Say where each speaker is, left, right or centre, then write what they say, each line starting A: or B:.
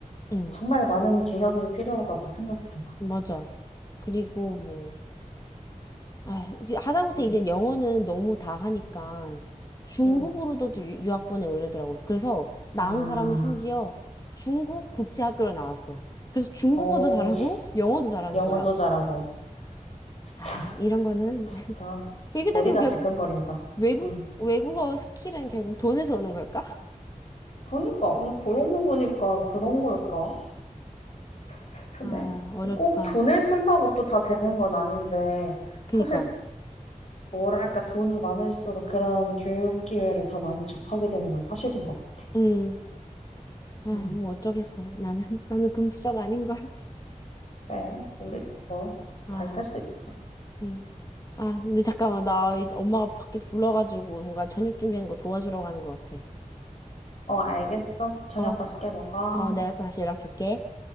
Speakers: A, on the left; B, on the left.
A: 응,
B: 정말 많은 개혁이 필요하다고 생각해, 요
A: 맞아. 그리고 뭐 아, 이게 하다못해
B: 응,
A: 이제 영어는 너무 다 하니까 중국으로도
B: 응.
A: 유- 유학 보내고 이러더라고. 그래서 나은
B: 아,
A: 사람은 심지어 중국 국제학교로 나왔어. 그래서 중국어도
B: 어,
A: 잘하고 영어도 잘하는
B: 영어도
A: 거야.
B: 잘하고. 진짜,
A: 아, 이런 거는
B: 진짜.
A: <laughs> 그렇게
B: 머리가
A: 따지면 결국
B: 지끈거린다.
A: 외국
B: 응.
A: 외국어 스킬은 결국 돈에서 오는 걸까?
B: 그니까, 음, 그러고 보니까 그런 걸까? 슬프네.
A: 아, 어렵다.
B: 꼭 돈을 쓴다고 또 다 되는 건 아닌데,
A: 그니까.
B: 사실, 뭐랄까, 돈이 많을수록 그런 교육 기회를 더 많이 접하게 되는 건 사실인 것 같아.
A: 음. 아,
B: 응.
A: 뭐 어쩌겠어. 나는 <laughs> 나는 금수저가 아닌 걸.
B: 그래, 우리 뭐,
A: 아.
B: 잘 살 수 있어.
A: 응. 아, 근데 잠깐만. 나 이- 엄마가 밖에서 불러가지고 뭔가 저녁 준비하는 거 도와주러 가는 것 같아.
B: 어, 알겠어. 저녁
A: 어,
B: 맛있게 먹어.
A: 어, 내가 또 다시 연락 줄게.